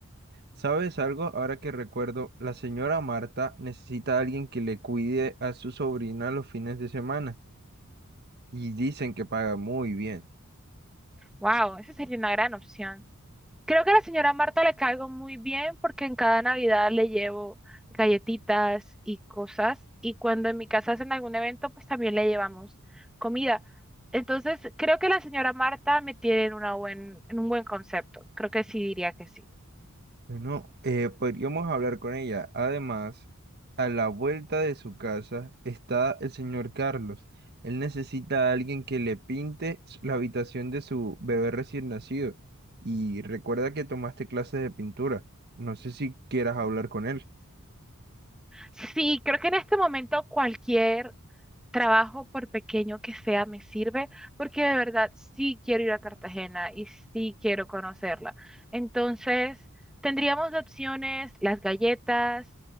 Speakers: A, on the right; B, in the centre.
A: ¿Sabes algo? Ahora que recuerdo, la señora Marta necesita a alguien que le cuide a su sobrina los fines de semana. Y dicen que paga muy bien.
B: Wow, esa sería una gran opción. Creo que a la señora Marta le caigo muy bien porque en cada Navidad le llevo galletitas y cosas y cuando en mi casa hacen algún evento, pues también le llevamos comida. Entonces, creo que la señora Marta me tiene en, una buen, en un buen concepto. Creo que sí diría que sí.
A: Bueno, eh, podríamos hablar con ella. Además, a la vuelta de su casa está el señor Carlos. Él necesita a alguien que le pinte s- la habitación de su bebé recién nacido. Y recuerda que tomaste clases de pintura. No sé si quieras hablar con él.
B: Sí, creo que en este momento cualquier trabajo, por pequeño que sea, me sirve, porque de verdad sí quiero ir a Cartagena y sí quiero conocerla. Entonces, tendríamos de opciones las galletas,